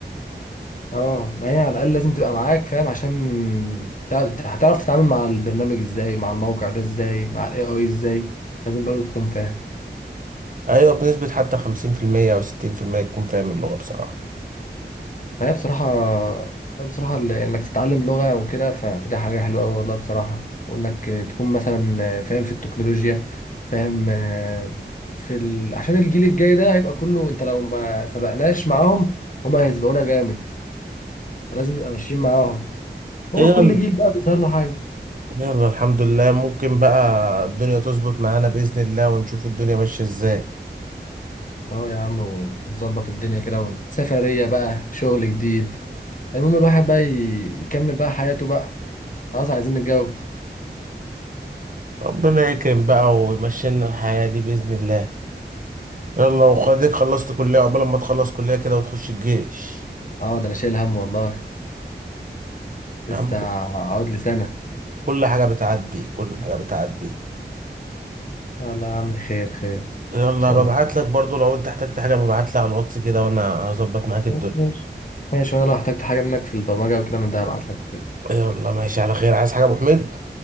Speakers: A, on the left; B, on the right.
A: اه ما هي على الاقل لازم تبقى معاك فاهم عشان تع- هتعرف تتعامل مع البرنامج ازاي مع الموقع ده ازاي مع الاي اي ازاي لازم برضه تكون فاهم
B: ايوه بنسبه حتى 50% او 60% تكون فاهم اللغه بصراحه
A: فهي بصراحة بصراحة ال- إنك تتعلم لغة وكده ف- فده حاجة حلوة أوي والله بصراحة وإنك تكون مثلا فاهم في التكنولوجيا فاهم آه، في ال... عشان الجيل الجاي ده هيبقى كله أنت لو ما سبقناش معاهم هما هيسبقونا جامد فلازم نبقى ماشيين معاهم هو
B: يلا
A: كل جيل بقى بيظهر له حاجة
B: يلا الحمد لله ممكن بقى الدنيا تظبط معانا باذن الله ونشوف الدنيا ماشيه ازاي
A: أهو يا عم ونظبط الدنيا كده سفرية بقى شغل جديد المهم الواحد بقى ي- يكمل بقى حياته بقى خلاص عايزين نتجوز
B: ربنا يكرم بقى ويمشي لنا الحياه دي باذن الله يلا وخديك خلصت كليه قبل ما تخلص كليه كده وتخش الجيش
A: اه ده أنا شايل هم والله لسه
B: يا عم
A: هقعد لي سنة
B: كل حاجه بتعدي كل حاجه بتعدي
A: والله يا عم خير خير ان
B: يلا
A: شاء
B: ببعت
A: الله
B: لك برضو لو انت احتجت حاجة ببعت لي على الواتس كده وانا هظبط معاك الدنيا
A: خلاص ماشي ماشي وانا لو احتجت حاجه منك في البرمجه او كده من ده هبعت لك وكده
B: يلا ماشي على خير عايز حاجة يا ابو حميد